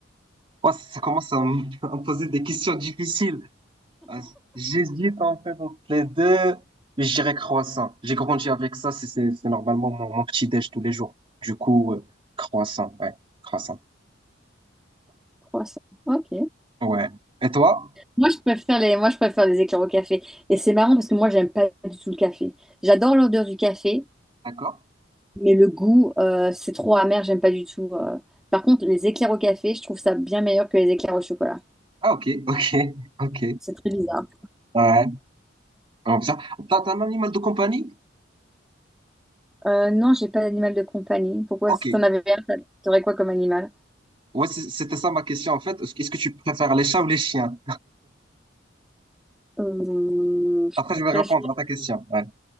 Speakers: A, on the right; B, in the centre.
A: ouais, ça commence à me <laughs> à me poser des questions difficiles. Ah, J'hésite en fait entre les deux, mais je dirais croissant. J'ai grandi avec ça, c'est c'est- c'est normalement mon, mon petit déj tous les jours. Du coup, euh, croissant, ouais, croissant.
B: croissant. Ok.
A: Ouais. Et toi?
B: Moi, je préfère les, moi, je préfère les éclairs au café. Et c'est marrant parce que moi, j'aime pas du tout le café. J'adore l'odeur du café,
A: D'accord?
B: mais le goût, euh, c'est trop amer, j'aime pas du tout. euh. Par contre, les éclairs au café, je trouve ça bien meilleur que les éclairs au chocolat.
A: Ah, ok, <laughs> ok, ok.
B: C'est très bizarre.
A: Ouais, comme ça. T'as t'as un animal de compagnie?
B: Euh, non, j'ai pas d'animal de compagnie. Pourquoi,
A: Ok.
B: si t'en avais un, t'a- t'aurais quoi comme animal?
A: Ouais, c'est- c'était ça ma question en fait. Est-ce que est-ce que tu préfères les chats ou les chiens?
B: Euh, je
A: Après, je vais
B: préfère,
A: répondre à ta question. Ouais.